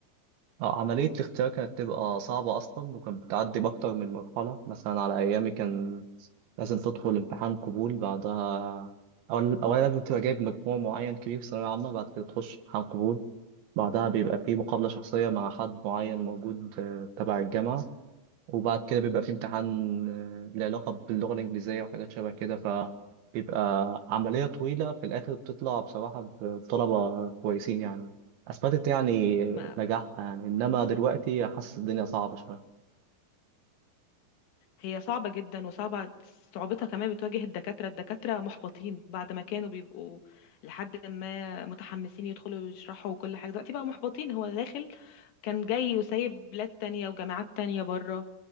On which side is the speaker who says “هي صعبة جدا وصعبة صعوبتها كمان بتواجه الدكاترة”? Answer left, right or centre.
Left